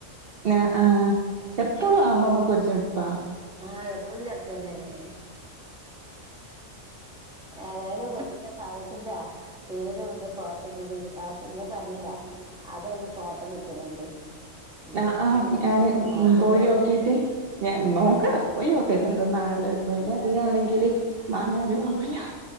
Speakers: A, on the right; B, in the centre.
A: ആ ആഹ് എപ്പളും ആവുമ്പോ അ മ്മക്കൊര് ചൊട്പ്പാ.
B: ആഹ് എപ്പളും ചട്പ്പെന്നാണെ. ഏതായാലും പോയിട്ട് ആ സാധനത്തിന്റെ പേരും ന്ത് ഫോട്ടൊക്കെ വിട്ടാ ഇങ്ങള് പർ ഞ്ഞീലെ അതൊന്നും ഫോട്ടോ വിട്ടരോണ്ടി. എന്റെ
A: ആ ആഹ്
B: ഉം
A: ഞാന്
B: നാത്തൂന്റെ
A: പോയോക്കീട്ട് ഞാൻ
B: ഉം
A: നോക്കട്ടെ പോ പോയോക്കട്ടെ എന്ത്‌ന്നാ ഇളള വെ ല അധികാണെങ്കില് മാങ്ങാനും ആവൂല.